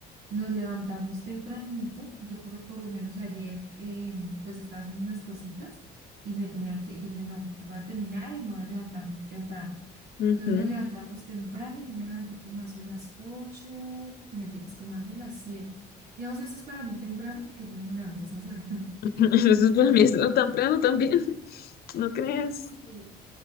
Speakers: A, on the right (about 70°); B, on the left (about 65°).
A: Nos levantamos tempranito. Yo por, por lo menos ayer, em, pues estaba haciendo unas cositas y me tenía que, dije, no, voy a terminar y me voy a levantar temprano.
B: Ujú.
A: Entonces nos levantamos temprano, yo me levanté como a eso de las ocho no mentiras, como a eso de las siete Digamos, eso es para mí temprano porque yo no me levanto a esas horas. <laughs>
B: <laughs> Eso
A: Entonces,
B: es para
A: me le-
B: mí, es lo temprano también, <laughs> ¿no crees?
A: sí.